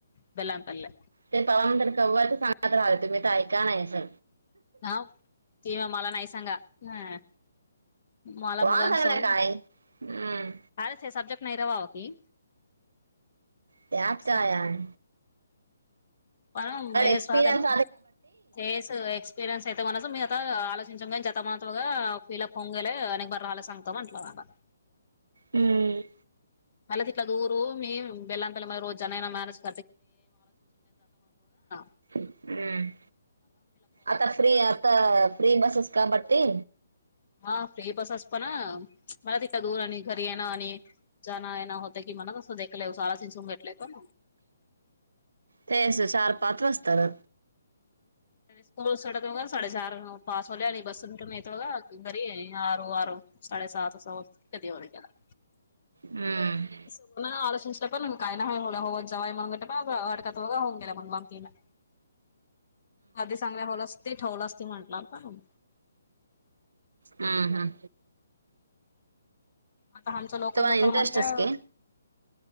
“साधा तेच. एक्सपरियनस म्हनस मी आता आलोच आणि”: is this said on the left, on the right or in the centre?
Left